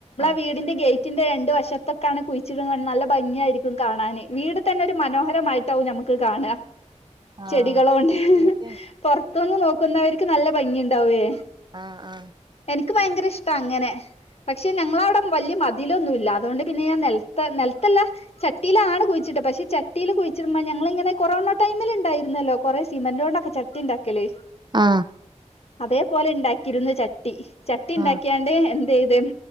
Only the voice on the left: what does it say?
വീടിന്റെ ഗേ ഗേറ്റിന്റെ രണ്ട് വശത്തൊക്കാണ് കുഴിച്ചിടുന്നത് നല്ല ഭംഗിയായിരിക്കും കാണാന് വീട് തന്നെ ഒരു മനോഹരമായി ട്ടാവും ഞമ്മുക്ക് കാണ
ചെടികളോ ഉണ്ട്
പൊറത്തുന്ന് നോ ന്നവർക്ക് നല്ല ഭംഗി ഉണ്ടാവുവേ
എനിക്ക് ഭയങ്കര ഇഷ്ട അങ്ങനെ പക്ഷെ ഞങ്ങള അവിടെ വലിയ മതിലൊന്നുല്ല അതുകൊണ്ട് പിന്നെ ഞാൻ നിലത്ത നിലത്തല്ല ചട്ടിയിലാണ് കുഴിച്ചിട്ടെ പക്ഷെ ചട്ടിയിൽ കുഴിച്ചിടുമ്പോ ഞങ്ങളിങ്ങനെ കൊറോണ ടൈമിൽ ഉണ്ടായിരുന്നല്ലോ കൊറേ സിമെന്റ് കൊണ്ടൊക്കെ ചട്ടി ഉണ്ടാക്കല്
അതേപോലെ ഉണ്ടാക്കിയിരുന്നു ച ട്ടി ചട്ടി ഉണ്ടാക്കിയാണ്ട്
എ അതേയ്ത് ഉം